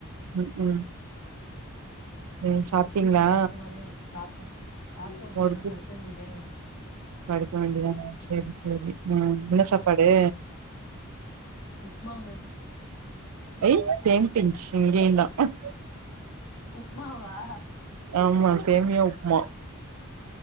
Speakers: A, on the right (about 85°); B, on the left (about 70°).
A: ம், ம். ம். சாப்பிட்டீங்களா?
B: ஒர்க்கு கொஞ்சம் கஷ்டமாதே இருக்கு பாப்போம் சாப்பிட்டாச்சு
A: ஊருக்கு?
B: படுக்க வேண்டியதே <inaudible>
A: படுக்க வேண்டியதான செரி செரி உம் என்ன சாப்பாடு
B: உப்புமாங்க
A: எய் சேம்பிச் இங்கயு தான்
B: உப்மா வா
A: ஆமா சேமியா உப்புமா